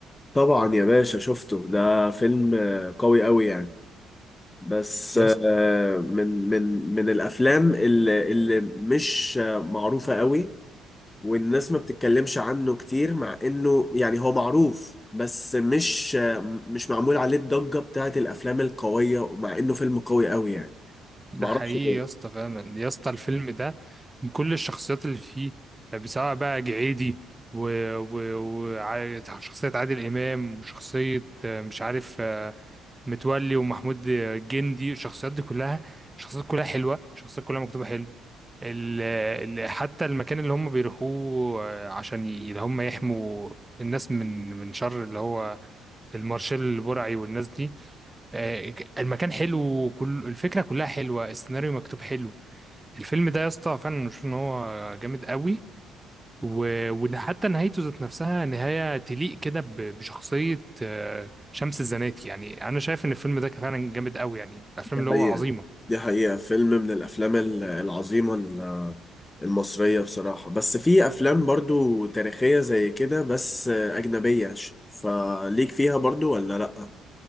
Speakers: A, on the left; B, on the right.
A: طبعا يا باشا شفته ده فيلم آه، قوي قوي يعني بس
B: يا
A: آه،
B: اسطى
A: من من من الافلام اللي اللي مش آه، معروفه قوي والناس ما بتتكلمش عنه كتير مع انه يعني هو معروف بس مش آه، مش معمول عليه الضجه بتاعت الافلام القويه ومع انه فيلم قوي قوي يعني
B: ده
A: معرفش
B: حقيقي
A: ليه
B: يا اسطى فعلا يا اسطى الفيلم ده من كل الشخصيات اللي فيه آه، سواء بقى جعيدي وشخصية و... و... وع- شخصية عادل إمام وشخصية آه، مش عارف آه، متولي ومحمود جندي الشخصيات دي كلها شخصيات كلها حلوة شخصيات كلها مكتوبة حلو ال ال حتى المكان اللي هم بيروحوه آه، عشان ي- اللي هم يحموا الناس من من شر اللي هو المارشال البرعي والناس دي آه، ك- المكان حلو وكل الفكرة كلها حلوة السيناريو مكتوب حلو الفيلم ده يا اسطى فعلا بشوف ان هو جامد قوي و- وحتى نهايته ذات نفسها نهاية تليق كده ب- بشخصية آه، شمس الزناتي يعني أنا شايف إن الفيلم ده كان فعلا جامد قوي يعني الأفلام
A: دي
B: اللي
A: حقيقه
B: هو عظيمة
A: دي حقيقه فيلم من الافلام العظيمه المصرية بصراحة بس في أفلام برضو تاريخية زي كده بس أجنبية ش- فليك فيها برضو ولا لأ؟